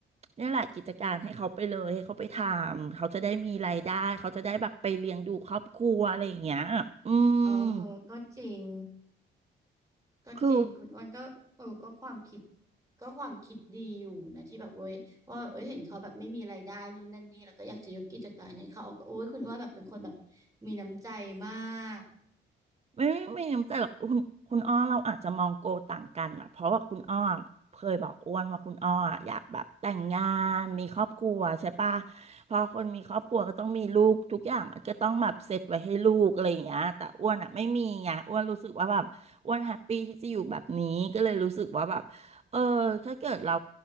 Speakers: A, on the right (about 30°); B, on the right (about 15°).
A: เนี่ยแหละกิจการให้เขาไปเลยให้เขาไปทำเขาจะได้มีรายได้เขาจะได้แบบไปเลี้ยงดูครอบครัวอะไรอย่างเงี้ยอื
B: เออเหอะก็จริง
A: ม
B: ก็จริงคุณอ้วนก็เออก็ความคิด
A: คือ
B: ก็ความคิดดีอยู่นะที่แบบเว้ยว่าเอ้ยเห็นเขาแบบไม่มีรายได้นู่นนั่นนี่แล้วก็อยากจะยกกิจการให้เขาก็โอ้ยคุณอ้วนแบบเป็นคนแบบมีน้ำใจมาก
A: ไม่ไม่ไม่น้ำใจหรอกคุณคุณอ้อเราอาจจะมองโกต่างกันอะเพราะว่าคุณอ้อเคยบอกอ้วนว่าคุณอ้ออะอยากแบบแต่งงานมีครอบครัวใช่ปะพอคนมีครอบครัวก็ต้องมีลูกทุกอย่างมันก็ต้องแบบเสร็จไว้ให้ลูกอะไรอย่างเงี้ยแต่อ้วนอะไม่มีไงอ้วนรู้สึกว่าแบบอ้วนแฮปปี้ที่จะอยู่แบบนี้ก็เลยรู้สึกว่าแบบเออถ้าเกิดเรา